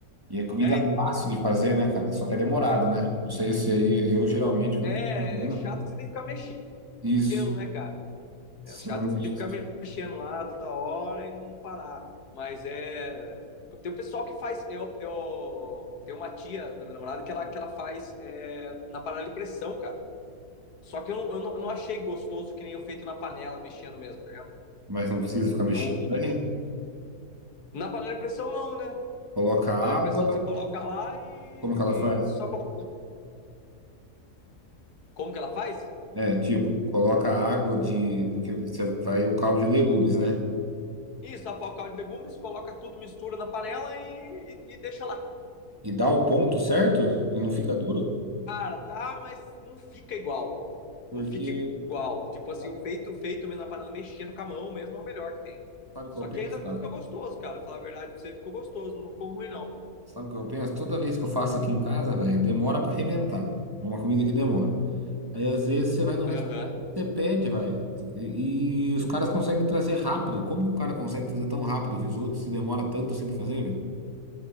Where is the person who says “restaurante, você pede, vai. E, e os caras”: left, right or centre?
Right